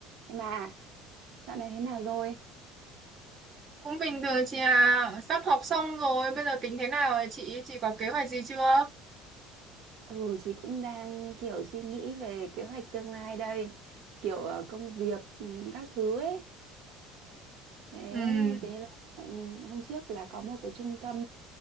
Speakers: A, on the right (about 55°); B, on the right (about 25°).
A: Nhưng mà dạo này thế nào rồi?
B: Cũng bình thường chị à, sắp học xong rồi, bây giờ tính thế nào ạ chị? Chị có kế hoạch gì chưa?
A: Ừ, chị cũng đang kiểu suy nghĩ về kế hoạch tương lai đây, kiểu ờ, công việc ừ, các thứ ấy. Thế
B: Ừ,
A: kiểu như là ừ, hôm trước là có một cái trung tâm